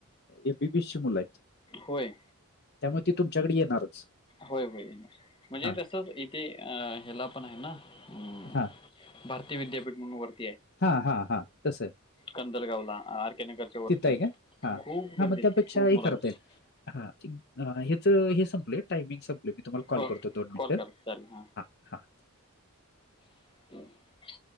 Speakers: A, on the left (about 50°); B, on the left (about 25°).
A: एमबीबीएस ची मुलं आहेत.
B: होय.
A: त्यामुळे ती तुमच्याकडे येणारच.
B: होय होय म्हणजे
A: हा
B: तसच इथे अ हेला पण आहे ना. हम्म
A: हा
B: भारतीय विद्यापीठ म्हणून वर
A: हा हा हा तस
B: कंदलगावला आर के नगरच्या वरती
A: ति ताई का. हा
B: खूप गर्दी
A: हा मग
B: असते
A: त्यापेक्षा
B: खूप
A: हे
B: मुलांची
A: करा त्याला. ह्याच हे संपलय. टायमिंग संपल‌. मी तुम्हाला कॉल
B: हो
A: करतो दोन मिनिट
B: कॉल करा चालेल हां
A: हा. हा
B: <inaudible>